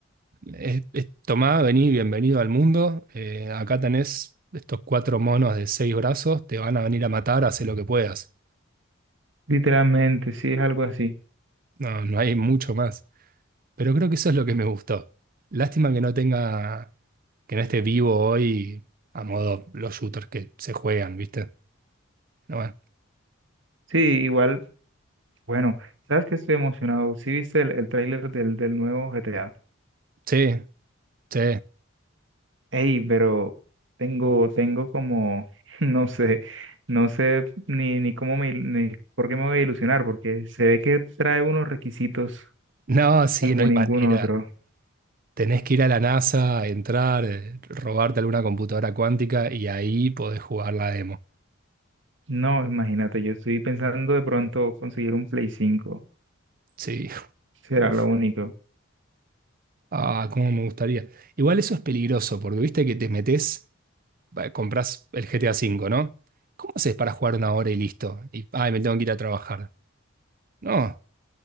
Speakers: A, on the right; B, on the right.
A: Es, es- tomá, vení, bienvenido al mundo. eh, acá tenés estos cuatro monos de seis brazos, te van a venir a matar, haz lo que puedas.
B: Literalmente, sí, es algo así.
A: No, no hay mucho más. Pero creo que eso es lo que me gustó. Lástima que no tenga, que no esté vivo hoy a modo los shooters que se juegan, ¿viste? No, bueno.
B: Sí, igual, bueno, sabes que estoy emocionado. Sí, viste el, el tráiler del, del nuevo GTA.
A: Sí, sí.
B: Ey, pero tengo, tengo como, <laughs> no sé, no sé ni, ni cómo me, il- ni por qué me voy a ilusionar, porque se ve que trae unos requisitos
A: No, sí,
B: como
A: no hay
B: ningún
A: manera.
B: otro.
A: Tenés que ir a la NASA, entrar, eh, robarte alguna computadora cuántica y ahí podés jugar la demo.
B: No, imagínate, yo estoy pensando de pronto conseguir un Play cinco
A: Sí,
B: será
A: <laughs> uff.
B: lo único.
A: Ah, cómo me gustaría. Igual eso es peligroso, porque viste que te metes, va, compras el GTA V, ¿no? ¿Cómo haces para jugar una hora y listo? Y, ay, me tengo que ir a trabajar. No,